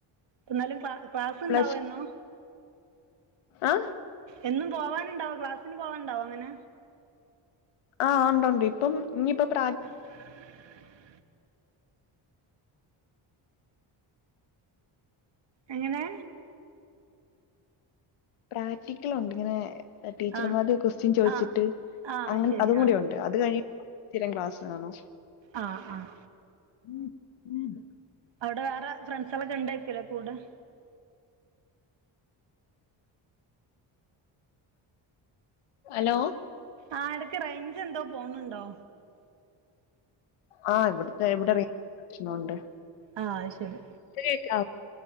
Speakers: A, on the right; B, on the left.
A: പ്പന്നാലും ക്ലാ ക്ലാസ്സ്
B: പ്ലസ്
A: ഇണ്ടാവോ എന്നും.
B: ആ
A: എന്നും പോവാന്ണ്ടാവോ ക്ലാസ്സിന് പോവാൻ ഇണ്ടാവോ അങ്ങനെ.
B: ആഹ് ഒണ്ടൊണ്ട് ഇപ്പം ഇഞ്ഞിപ്പ പ്രാ
A: <inaudible> എങ്ങനെ.
B: പ്രാക്റ്റിക്കലൊണ്ട് ഇങ്ങനെ ടീച്ചർമാര്
A: ആഹ്
B: കൊസ്റ്റിയൻ ചോയിച്ചിട്ട്
A: ആഹ് ആഹ്
B: അങ്ങെൻ
A: അത് ശരി
B: അതുംകൂടിയുണ്ട്.
A: ആഹ്
B: അത് കഴിഞ്ഞിട്ട് സ്ഥിരം ക്ലാസ്സ് കാണും
A: ആഹ് ആഹ്.
B: ഉം ഉം.
A: അവ്ടെ വേറെ ഫ്രണ്ട്സാളൊക്കെ ഇണ്ടെയ്ക്കുലെ കൂടെ.
B: ഹലോ.
A: ആഹ് എടക്ക് റേഞ്ച് എന്തോ പോണ് ണ്ടോ.
B: ആഹ് ഇവ്ട്ത്തെ ഇവിടെ റെയ്ഞ്ചിന്റെ പ്രശ്ന ഉണ്ട്.
A: ആഹ് അയ് ശരി.
B: പ്പെ കേക്കാവോ